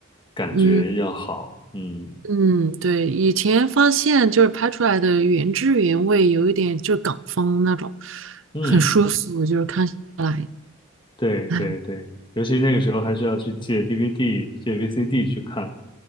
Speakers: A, on the left; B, on the right.
A: 感觉要好。
B: 嗯
A: 嗯
B: 嗯，对，以前发现就是拍出来的原汁原味，有一点就是港风那种，
A: 嗯，
B: 很舒服，就是看下来，
A: 对对对，
B: <laughs> 哎，
A: 尤其那个时候还需要去借 DVD、借 VCD 去看，